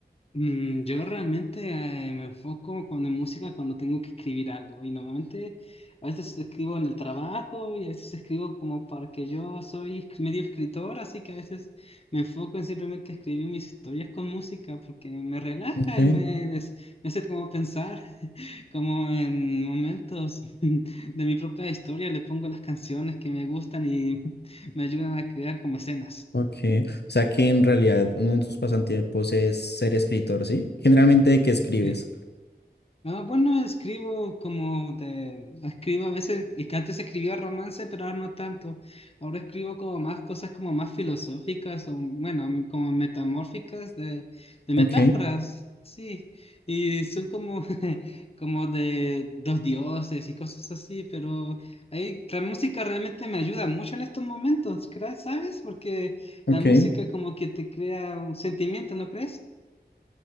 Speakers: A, on the left; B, on the left.
A: Mm, yo realmente eh, me enfoco cuando en música cuando tengo que escribir algo y normalmente a veces escribo en el trabajo y a veces escribo como para que yo soy medio escritor, así que a veces me enfoco en simplemente escribir mis historias con música porque me relaja
B: Ok.
A: y me, des- me hace como pensar, <laughs> como en momentos <laughs> de mi propia historia le pongo las canciones que me gustan y <laughs> me ayudan a crear como escenas.
B: Ok, o sea que en realidad uno de tus pasatiempos es ser escritor, ¿sí? Generalmente, ¿de qué escribes?
A: Sí. Ah, bueno, escribo como de... Escribo a veces, y que antes escribía romance, pero ahora no tanto. Ahora escribo como más cosas como más filosóficas o, bueno, m- como metamórficas de, de
B: Ok,
A: metáforas, sí. Y son como, <laughs> como de dos dioses y cosas así, pero ahí la música realmente me ayuda mucho en estos momentos, ¿crees? ¿Sabes? Porque
B: ok.
A: la música como que te crea un sentimiento, ¿no crees?